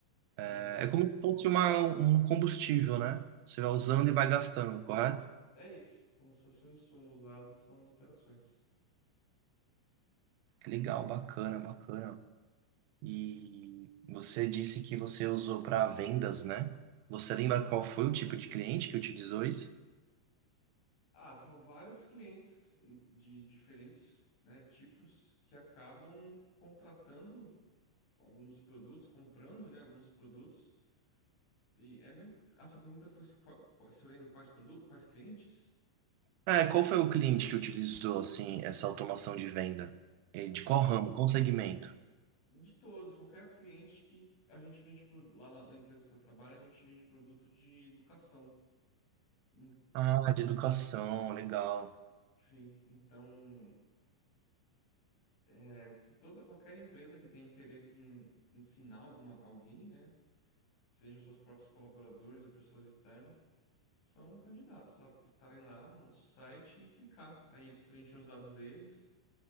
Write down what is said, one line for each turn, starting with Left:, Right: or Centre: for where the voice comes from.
Left: Pois
Right: É
Left: é.
Right: é como se fosse uma, um combustível, né? Você vai usando e vai gastando, correto?
Left: É isso, como se fosse um insumo usado são as operações.
Right: Legal, bacana, bacana. E você disse que você usou para vendas, né? Você lembra qual foi o tipo de cliente que utilizou isso?
Left: Ah, são vários clientes de diferentes, né, tipos que acabam contratando alguns dos produtos, comprando, né, alguns produtos. E é mesmo... A sua pergunta foi se, qua- qua- se eu lembro quais produtos, quais clientes?
Right: É, qual foi o cliente que utilizou, assim, essa automação de venda? Eh, De qual ramo? Qual segmento?
Left: De todos, qualquer cliente que a gente vende pro- lá na na empresa que eu trabalho, a gente vende produto de educação. Em-
Right: Ah, de educação, legal.
Left: Sim, então É, se toda qualquer empresa que tem interesse em ensinar alguma alguém, né, seja seus próprios colaboradores ou pessoas externas, são candidatos a estarem lá no nosso site e clicar. Aí eles preenchem os dados deles.